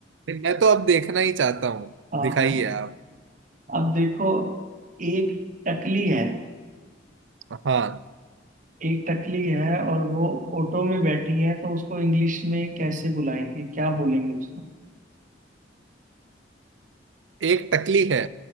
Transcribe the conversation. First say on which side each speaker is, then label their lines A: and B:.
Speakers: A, on the right (about 85°); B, on the right (about 45°).
A: नहीं, मैं तो अब देखना ही चाहता हूँ
B: हाँ
A: दिखाइए
B: हाँ
A: आप
B: अब देखो एक टकली है
A: हाँ
B: एक टकली है और वो ऑटो में बैठी है तो उसको इंग्लिश में कैसे बुलाएंगे क्या बोलेंगे उसको
A: एक टकली है